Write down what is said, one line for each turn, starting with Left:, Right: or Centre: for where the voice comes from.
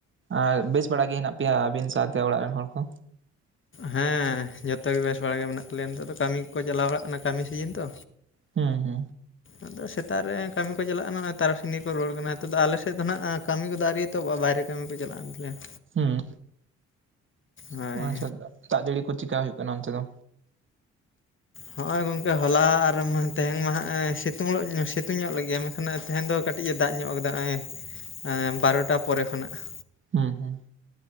Right: ᱟᱨ ᱵᱮᱥ ᱵᱟᱲᱟ ᱜᱮ ᱦᱮᱱᱟᱜ ᱯᱮᱭᱟ ᱟᱵᱤᱱ ᱥᱟᱶᱛᱮ ᱚᱲᱟᱜ ᱨᱮᱱ ᱦᱚᱲ ᱠᱚ?
Left: ᱦᱮᱸ ᱡᱚᱛᱚᱜᱮ ᱵᱮᱥ ᱵᱟᱲᱟ ᱜᱮ ᱢᱮᱱᱟᱜ ᱞᱮᱭᱟ, ᱱᱤᱛᱚᱜ ᱫᱚ ᱠᱟᱹᱢᱤ ᱠᱚ ᱪᱟᱞᱟᱣ ᱵᱟᱲᱟᱜ ᱠᱟᱱᱟ ᱠᱟᱹᱢᱤ ᱥᱤᱡᱤᱱ ᱛᱚ।
Right: ᱦᱩᱸ ᱦᱩᱸ।
Left: ᱟᱫᱚ ᱥᱮᱛᱟᱜ ᱨᱮ ᱠᱟᱹᱢᱤ ᱠᱚ ᱪᱟᱞᱟᱜᱼᱟᱱᱟᱜ ᱛᱟᱨᱟᱥᱤᱧ ᱜᱮᱠᱚ ᱨᱩᱣᱟᱹᱲ ᱠᱟᱱᱟ᱾ ᱦᱤᱛᱚᱜ ᱫᱚ ᱟᱞᱮ ᱥᱮᱫᱽᱱᱟᱜ ᱠᱟᱹᱢᱤ ᱠᱚᱫᱚ ᱟᱹᱣᱨᱤ ᱮᱛᱚᱦᱚᱵᱚᱜ-ᱟ ᱵᱟᱭᱨᱮ ᱠᱟᱹᱢᱤ ᱠᱚ ᱪᱟᱞᱟᱣᱮᱱ ᱛᱟᱞᱮᱭᱟ।
Right: ᱦᱩᱸ।
Left: ᱦᱳᱭ
Right: ᱚᱸ ᱟᱪᱪᱷᱟ ᱫᱟ, ᱫᱟᱜ ᱡᱟᱹᱲᱤ ᱠᱚ ᱪᱮᱠᱟ ᱦᱳᱭᱳᱜ ᱠᱟᱱᱟ ᱚᱱᱛᱮ ᱫᱚ?
Left: ᱦᱚᱜᱼᱚᱭ ᱜᱚᱝᱠᱮ ᱦᱚᱞᱟ ᱟᱨ ᱢᱟ ᱛᱮᱦᱮᱝ ᱢᱟ ᱦᱟᱜᱼᱮ ᱥᱤᱛᱩᱝᱞᱚᱜ ᱥᱤᱛᱩᱧᱚᱜ ᱞᱟᱜᱤᱟ, ᱢᱮᱠᱷᱟᱱᱟᱜ ᱛᱮᱦᱮᱧ ᱫᱚ ᱠᱟᱹᱴᱤᱡᱼ ᱮ ᱫᱟᱜ ᱧᱚᱜ ᱠᱟᱫᱟ ᱟᱸᱭᱮ, ᱮᱸ ᱵᱟᱨᱚᱴᱟ ᱯᱚᱨᱮ ᱠᱷᱚᱱᱟᱜ ᱾
Right: ᱦᱩᱸ ᱦᱩᱸ᱾